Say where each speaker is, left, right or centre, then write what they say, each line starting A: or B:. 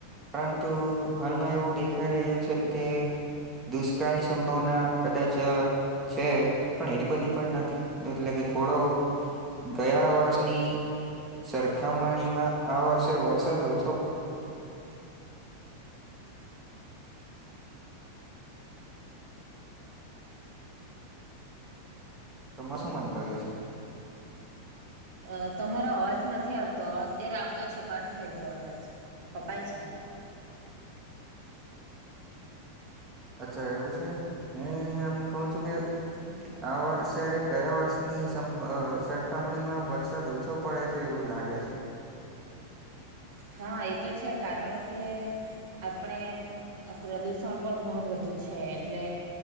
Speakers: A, on the right; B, on the right.
A: પરંતુ હાલમાં એવું દેખાઈ રહ્યું છે કે દુષ્કાળની સંભાવના કદાચ છે પણ એટલી બધી પણ નથી એટલે કે થોડો ગયા વર્ષની સરખામણીમાં આ વર્ષે વરસાદ ઓછો. તોમાં શું મનતાવીય છે.
B: અ તમારો અવાજ નથી આવતો અત્યારે આવતો છે કટ થઈ ગયો અવાજ કપાય છે.
A: અચ્છા એવું છે હું એમ કઉું છું કે.
B: હમ
A: આ વર્ષે ગયા વર્ષની સમ સરખામણીમાં વરસાદ ઓછો પડે છે એવું લાગે છે.
B: હા એ તો છે કારણ કે આપણે અ પ્રદુષણ પણ ઘણું વધ્યું છે એટલે